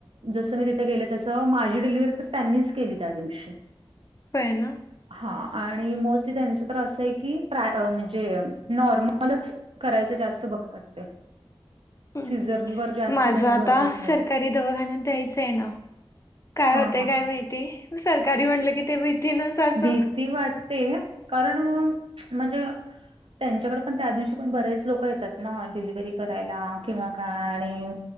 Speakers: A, on the right (about 75°); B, on the left (about 30°).
A: जस मी तिथे गेले तस माझी डिलिव्हरी तर त्यांनीच केली त्या दिवशी.
B: होय ना.
A: हां आणि मोस्टली त्यांच तर असय की प्रा म्हणजे नॉर्मलच. करायच जास्त बघतात ते.
B: हम्म
A: सीझर वर जास्त
B: माझ
A: त्यांनी
B: आता
A: भर देत नाहीत.
B: सरकारी दवाखान्यात द्यायच आहे ना. काय
A: हा
B: होतय
A: हा
B: काय माहिती सरकारी म्हटल की ते भीतीनेच अस
A: भीती वाटते. कारण म्हणजे त्यांच्याकडे पण त्या दिवशी पण बरेच लोक येतात ना डिलिव्हरी करायला किंवा काय आणि